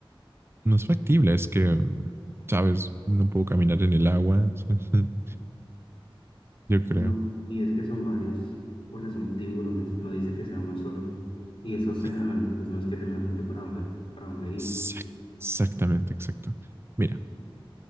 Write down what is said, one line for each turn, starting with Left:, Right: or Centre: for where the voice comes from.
Right: No es factible, es que, sabes, no puedo caminar en el agua, <laughs> yo creo.
Left: No, y es que son varios, porque son tiburones, no dice que sea uno solo. Y es océano,
Right: Sí.
Left: entonces no es que tengas mucho para dónde, para dónde ir.
Right: Exact- Exactamente, exacto. Mira,